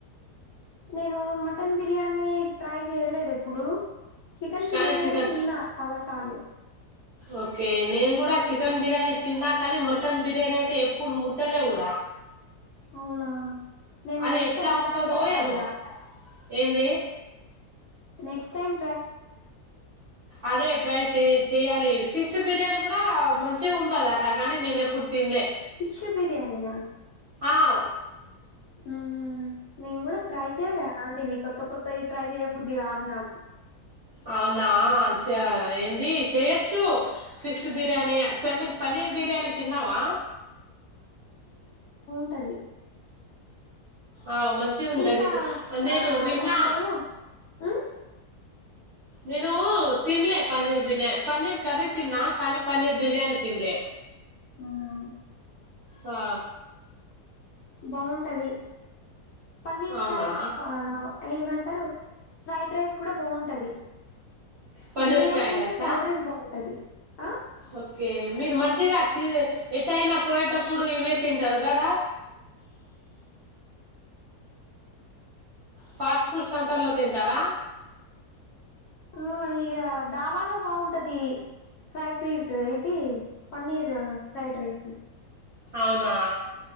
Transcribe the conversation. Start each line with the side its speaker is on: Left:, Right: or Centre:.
Left: నేను మటన్ బిర్యానీ ట్రై చేయలేదు ఎప్పుడు చికెన్
Right: కానీ
Left: బిర్యానీ
Right: చికెన్
Left: అయితే తిన్నా చాలా సార్లు
Right: ఓకే నేను కూడా చికెన్ బిర్యానీ తిన్నా కానీ మటన్ బిర్యానీ అయితే ఎప్పుడు ముట్టలే కూడా
Left: అవునా నేను
Right: అది
Left: నెక్స్ట్
Right: ఎట్లా
Left: టైం
Right: ఉంటాదొ
Left: ట్రై చేస్తా
Right: ఎమో
Left: ఇగ
Right: ఏంది
Left: నెక్స్ట్ టైమ్
Right: అదే ఎ ట్రై చేయ్ చెయాలి ఫిష్ బిర్యానీ కూడా మంచిగా ఉంటాద అట కానీ నేను ఎప్పుడు తినలే
Left: ఫిష్ బిర్యాని నా
Right: ఆవ్
Left: అవున నేను కూడా ట్రై చెయ్యలే అలా అంటివి కొత్త కొత్తవి ట్రై చేయబుద్ది కాదు నాకు
Right: అవునా చా ఏంది చేయచ్చు ఫిష్ బిర్యానీ పన్ని పన్నీర్ బిర్యానీ తిన్నావా
Left: త్తది
Right: ఆ మంచిగా ఉండది
Left: ఇంకా
Right: నేను
Left: ఆ
Right: విన్నా
Left: ఏమంటారు మ్మ్
Right: నేను తిన్లే పన్నీర్ బిర్యానీ పన్నీర్ కర్రీ తిన్నా కానీ పన్నీర్ బిర్యానీ తిన్లే
Left: అవునా
Right: ఆ
Left: బాగుంటది పన్నీర్
Right: అవునా
Left: ఫ్రై్ ఆ ఏమంటారు ఫ్రైడ్ రైస్ కూడా బావుంటది
Right: పన్నీర్
Left: బిర్యానీ
Right: ఫ్రైడ్
Left: కంటే
Right: రైసా
Left: ఫ్రైడ్ రైస్ బావుంటది ఆ
Right: ఓకే మీరు మంచిగా ఎటైనా పోయేటప్పుడు ఇవే తింటారు కదా ఫాస్ట్ ఫుడ్ సెంటర్లో తింటారా
Left: ఆ ఇక డాబాలో బాగుంటది ఫ్రై పీస్ ఏంటి పన్నీర్ ఫ్రైడ్ రైస్
Right: అవునా